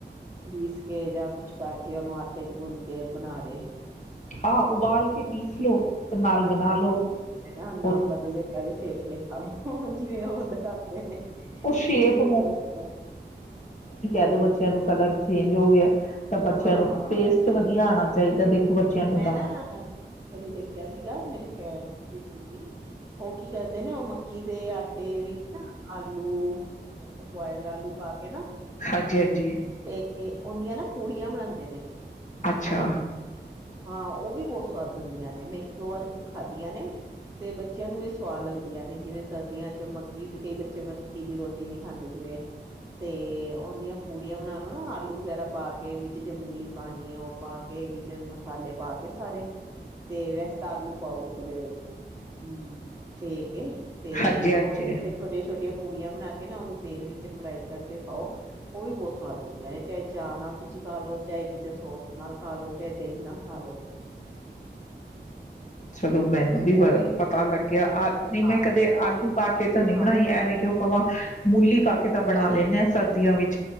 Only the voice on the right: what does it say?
ਪੀਸ ਕੇ ਜਾਂ ਕੁਛ ਕਰਕੇ ਉਹਨੂੰ ਆਟੇ ਚ ਗੁੰਨ ਕੇ ਬਣਾ ਦੇ
ਬੰਦਾ
ਨਾਮ ਨਾਮ
ਬਦਲਦੇ ਕਦੇ ਫੇਫਲੇ ਖਾ ਲੋ ਜਿਵੇਂ ਉਹ ਦਿਖਾਦੇ ਨੇ
ਵੈਰਾ
ਹਾਂ
ਮੈਂ
ਨਾ ਇਹਨੂੰ ਦੇਖਿਆ ਸੀਗਾ ਮੇਰੀ ਫੈ ਸੀਗੀ ਉਹ ਕੀ ਕਰਦੇ ਨੇ ਉਹ ਮ ਕਿਦੇ ਆਟੇ ਵਿੱਚ ਨਾ ਆਲੂ <inaudible> ਬੋਈਲ ਆਲੂ ਪਾ ਕੇ ਨਾ
ਤੇ ਉਹਦੀਆਂ ਨਾ ਪੂੜੀਆਂ ਬਣਾਉਂਦੇ ਨੇ
ਹਾਂ ਉਹ ਵੀ ਬਹੁਤ ਸਵਾਦ ਨੇ ਮੈਂ ਇੱਕ ਦੋ ਵਾਰ ਖਾਧੀਆਂ ਨੇ ਤੇ ਬੱਚਿਆਂ ਨੂੰ ਸਵਾਦ ਲੱਗਦੀਆਂ ਨੇ ਜਿਵੇਂ ਸਰਦੀਆਂ ਚ ਮੱਕੀ ਤੇ ਕਈ ਬੱਚੇ ਚਮਕੀ ਦੀ ਰੋਟੀ ਨੀ ਖਾਂਦੇ ਜਿਵੇਂ ਤੇ ਉਹਦੀਆਂ ਪੂੜੀਆਂ ਬਣਾ ਲੋ ਨਾ ਆਲੂ ਵਗੈਰਾ ਪਾ ਕੇ ਵਿੱਚ ਜਮੂਲੀ ਪਾਣੀ ਆ ਉਹ ਪਾ ਕੇ ਮਸਾਲੇ ਪਾ ਕੇ ਸਾਰੇ ਤੇ ਵੈਸ ਤਾਂ ਆਲੂ ਪਾਊ ਉਭਲੇ ਹੋਏ ਹਮ ਫੇਕ ਤੇ
ਉਹਦੀ ਫੇਰ ਛੋਟੀਆਂ ਛੋਟੀਆਂ ਪੂੜੀਆਂ ਬਣਾ ਕੇ ਨਾ ਉਹਨੂੰ ਤੇਲ ਵਿੱਚ ਫਰਾਈ ਕਰਕੇ ਖਾਓ ਉਹ ਵੀ ਬਹੁਤ ਸਵਾਦ ਲੱਗਦੀਆਂ ਨੇ ਚਾਹੇ ਚਾਹਅ ਨਾਲ ਤੁਸੀਂ ਖਾ ਲੋਓ ਚਾਹੇ ਕਿਸੇ ਸੋਸ ਨਾਲ ਹਲੋ ਇਹ ਦਹੀਂ ਨਾ ਖਾਲੋ
ਉਹ
ਬੱਚਿਆਂ
ਨੂੰ
ਹਾਂ
ਹਾਂ